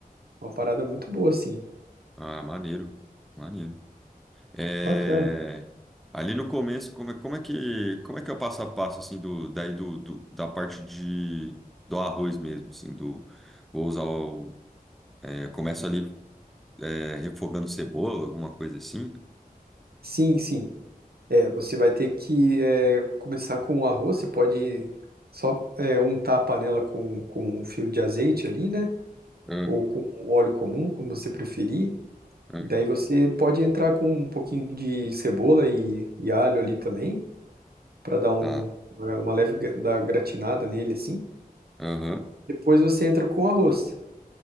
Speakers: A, on the right; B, in the centre.
A: Uma parada muito boa assim.
B: Ah, maneiro, maneiro. É,
A: Bacana.
B: ali no começo, como é, como é que, como é que é o passo a passo, assim, do, daí do, do- da parte de, do arroz mesmo, assim, do, vou usar o, é, começo ali é, refogando cebola, alguma coisa assim.
A: Sim, sim. É, você vai ter que é, começar com o arroz, você pode só é, untar a panela com, com um fio de azeite ali, né?
B: Ah,
A: Ou com óleo comum, como você preferir.
B: ah,
A: E daí você pode entrar com um pouquinho de cebola e, e alho ali também, para dar um,
B: tá.
A: uma uma leve gra- dar gratinada nele assim.
B: Aham,
A: Depois você entra com o arroz.